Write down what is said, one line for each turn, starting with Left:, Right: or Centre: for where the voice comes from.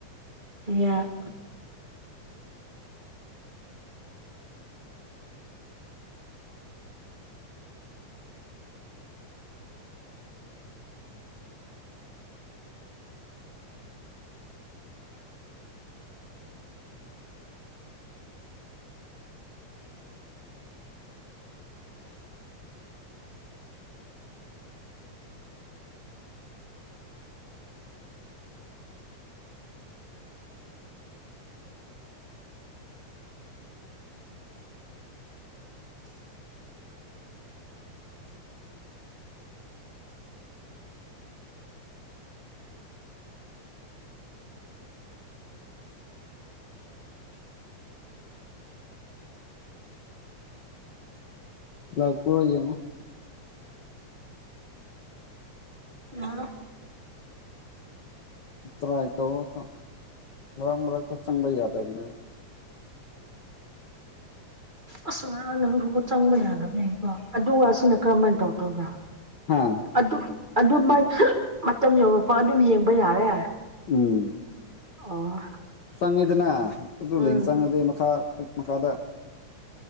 Right: ꯌꯥ
Left: ꯂꯥꯛꯄꯔꯥ ꯌꯦꯡꯉꯣ
Right: ꯂꯥꯛꯂꯦ
Left: ꯇꯔꯥꯏ ꯇꯧꯑꯣ ꯑꯗꯣ ꯃꯔꯛ ꯃꯔꯛꯇ ꯆꯪꯕ ꯌꯥꯗꯕꯅꯦꯕ
Right: ꯑꯁ ꯉꯔꯥꯡ ꯅꯪꯕꯨꯀꯣ ꯆꯪꯕ ꯌꯥꯗꯕꯅꯦꯀꯣ ꯑꯗꯨꯒ ꯑꯁꯤꯅ ꯀꯔꯝꯃꯥꯏꯟ ꯇꯧꯗꯣꯏꯕ
Left: ꯍꯥꯥ
Right: ꯑꯗꯨ ꯑꯗꯨ ꯃꯥꯏ ꯃꯇꯝ ꯌꯧꯔꯛꯄ ꯑꯗꯨꯝ ꯌꯦꯡꯕ ꯌꯥꯔꯦ
Left: ꯎꯝ
Right: ꯑꯣ
Left: ꯆꯪꯉꯦꯗꯅ ꯑꯗꯨ
Right: ꯎꯝ
Left: ꯂꯤꯡ ꯆꯪꯉꯗꯤ ꯃꯈꯥ ꯃꯈꯥꯗ